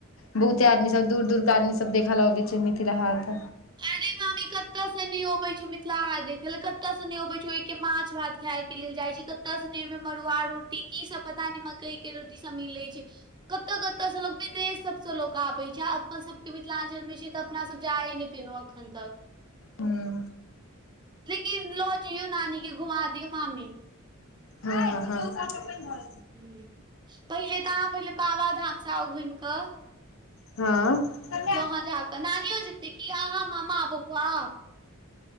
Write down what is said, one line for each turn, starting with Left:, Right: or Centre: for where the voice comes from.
Left: बहुते आदमी सब दूर दूर के आदमी सब देखय लऽ अबै छै मिथिला हाट।
Right: आरे मामी कतऽ से ने अबे छै मिथिला हाट देख लऽ कतऽ से ने अबे छै ओहि के माछ भात खाय के लेल जाय छै कतय सने मे मड़ुआ रोटी की सब पता नहि मकई के रोटी सब मिले छै। कतय कतऽ से लोक विदेश सब से लोक आबे छै अपन सब के मिथिलांचल मे छै तऽ अपना सब जाए <unintelligible>
Left: उं।
Right: लेकिन लऽ जइयौ नानी के घुमा दियौ मामी।
Left: हँ - हँ -हँ।
Right: पहिले तऽ अहाँ पहिले बाबा धाम से आउ घुमि कऽ।
Left: हँ।
Right: तो वहाँ जाकऽ नानियो जेतै कि अहाँ मामा बौआ।